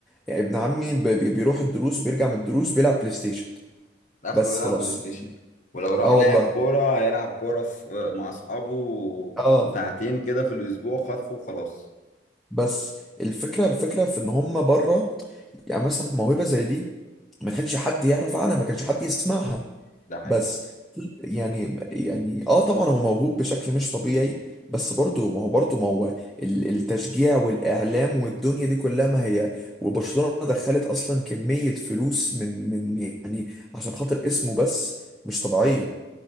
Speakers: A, in the centre; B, on the left.
A: يعني ابن عمي ب- بي- بيروح الدروس بيرجع من الدروس بيلعب بلاي ستيشن
B: اخره
A: بس
B: يلعب
A: خلاص
B: بلاي ستيشن
A: يعني
B: ولو راح
A: اه
B: لعب
A: والله
B: كوره هيلعب كوره في مع اصحابه
A: اه
B: ساعتين كده في الاسبوع خطفه وخلاص
A: بس الفكره الفكره في ان هم بره يعني مثلا موهبه زي دي ما كانش حد يعرف عنها ما كانش حد يسمعها
B: ده حقيقي
A: بس يعني يعني اه طبعا هو موهوب بشكل مش طبيعي بس برضه ما هو برضه ما هو ال- التشجيع والاعلام والدنيا دي كلها ما هي وبرشلونة دخلت اصلا كمية فلوس من من يعني عشان خاطر اسمه بس مش طبيعية